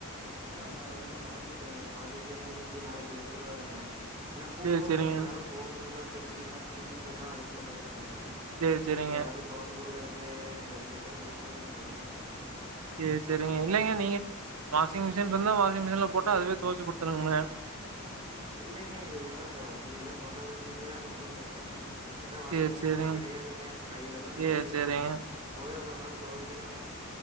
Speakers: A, on the right (about 20°); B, on the right (about 85°).
A: ஆமாங்க அது வந்து மாத்தீட்டாங்க மாத்தீட்டு இன்னைக்கு நாளைக்கு எடுத்துருவாருங்க என்ன கூப்டுவாருங்க
B: சேரி சேரிங்க
A: என்னால போ முடியுமான் தெர்லீங்க ஏனா துணிமணி எல்லா அழுக்குல கெடக்குதுங்க
B: சேர் சேரிங்
A: அது யாரு தொவச்சு குடுக்கறக்கு கதி கெட்டு இருக்குதுங்க நெலம
B: சேர் செரிங்க இல்லைங்க நீங்க வாஷிங் மிஷின்ருந்தா வாஷிங் மிஷின்ல போட்டா அதுவே தொவச்சு குடுத்துருங்க
A: இல்லைங்க எங்க வீட்ல அந்த வசதில்லா பொருளாதார் ரீதியா ரொம்ப கஷ்டங்க கிட்ட வாஷிங்
B: சேரி
A: மிஷின்லா
B: சேரிங்க
A: கெடையாதுங்க அது கைல தா
B: சேரி
A: தொவைக்கணு
B: சேரிங்க
A: போய் அப்பறமே தொவைக்கணுங்க